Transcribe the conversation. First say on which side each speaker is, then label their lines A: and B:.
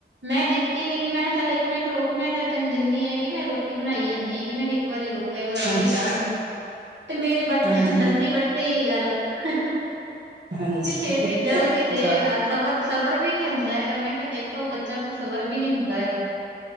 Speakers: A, on the right (about 85°); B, on the right (about 70°).
A: ਮੈਂ ਦਿੱਤੀ ਨੀ ਗੀ। ਮੈਂ ਕਿਹਾ ਚੱਲ ਇੱਕ ਮਿੰਟ ਰੁੱਕ ਮੈਂ ਤਾਂ ਤੈਨੂੰ ਦਿੰਨੀ ਹੈਂਗੀ। ਮੈਂ ਰੋਟੀ ਬਣਾਈ ਜਾਂਦੀ ਹੈਗੀ। ਮੈਂ ਕਿਹਾ ਇੱਕ ਵਾਰੀ ਰੁੱਕ ਕਹਿ ਕੇ ਰੋਟੀ
B: ਹਾਂਜੀ
A: ਰਾੜ ਲੂ, ਤੇ ਮੇਰੇ ਵੰਢ,
B: ਹਾਂਜੀ
A: ਦੰਦੀ ਵੱਢੀ। ਗੱਲ <unintelligible>
B: ਹਾਂਜੀ।
A: ਕੇਤੀ ਜਲਦੀ ਦੇਗਾ।
B: ਜਾ
A: ਸਬਰ ਸਬਰ ਵੀ ਨੀ ਹੁੰਦਾ ਹੈਗਾ। ਮੈਂ ਕਿਹਾ ਦੇਖੋ ਬੱਚਿਆਂ ਤੋਂ ਸਬਰ ਵੀ ਨੀ ਹੁੰਦਾ ਹੈਗਾ।